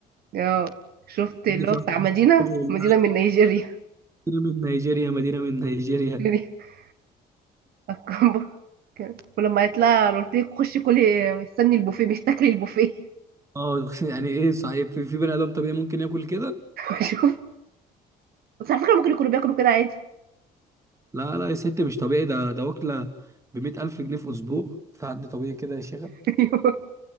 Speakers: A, on the right (about 65°); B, on the right (about 15°).
A: اه شفت اللي
B: خدني في
A: هو بتاع
B: واحد،
A: مدينة
B: خد والله
A: مدينة من نيجيريا
B: مدينة من نيجيريا مدينة من نيجيريا
A: <laughs> الكومبو كان- ولما قالت لها أنا قلت لك خشي كلي استني البوفيه مش تاكلي البوفيه
B: اه <laughs> يعني ايه صحيح في, في بني ادم طبيعي ممكن ياكل كده
A: <laughs> شوف بس على فكرة ممكن يكونوا بياكلوا كده عادي
B: لا لا يا ست مش طبيعي ده ده واكلة بمية ألف جنيه في أسبوع في حد طبيعي كده يا شيخة
A: <laughs> أيوة.